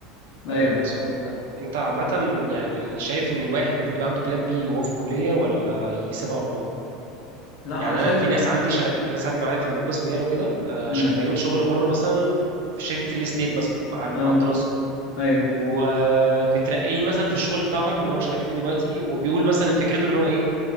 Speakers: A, on the left; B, on the right.
A: ايوه
B: آه، اسمه ايه ده انت عامه يعني شايف ان الواحد المفروض يبقى عنده بلان بي وهو في الكليه ولا يسيبها على الله
A: لا
B: يعني
A: انا شايف
B: انا في ناس عندي شغ... في ناس عندي معايا في القسم يعني وكده آه،
A: امم
B: شغالين شغل بره مثلا في شركه ريل استيت مثلا مع ال-
A: اه
B: مع الدراسه
A: ايوه
B: ومترقيين مثلا في الشغل بتاعهم اللي هو شغالين فيه دلوقتي وبيقول مثلا فكرته ان هو ايه